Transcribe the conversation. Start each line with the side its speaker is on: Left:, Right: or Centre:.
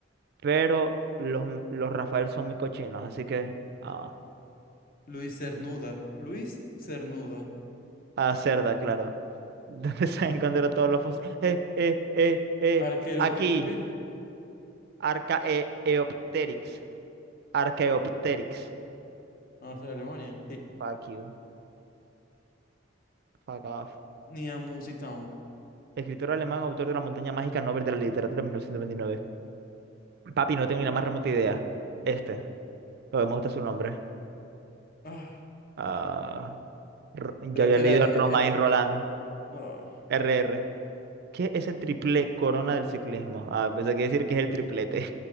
Right: Pero los, los Rafael son muy cochinos, así que. Ah,
Left: Luis Cernuda. Luis Cernuda.
Right: a cerda, claro. <laughs> ¿Dónde se han encontrado todos los fósiles? Eh, eh, eh, eh.
Left: Arquero
Right: Aquí.
Left: pite ¿qué?
Right: Archaeopteryx. Archaeopteryx.
Left: Vamos a ser Alemania. Sí.
Right: Fuck you. Fuck off.
Left: Ni amo, cita
Right: Escritor alemán, autor de La Montaña Mágica, Nobel de la Literatura 1929. Papi, no tengo ni la más remota idea. Este. Pero me gusta su nombre.
Left: Ah,
Right: Ah. Ro- Yo
Left: era,
Right: había
Left: era,
Right: leído
Left: e-
Right: Romain
Left: era.
Right: Roland,
Left: ah,
Right: R R. ¿Qué es el triple corona del ciclismo? Ah, pensé que iba a decir que es el triplete.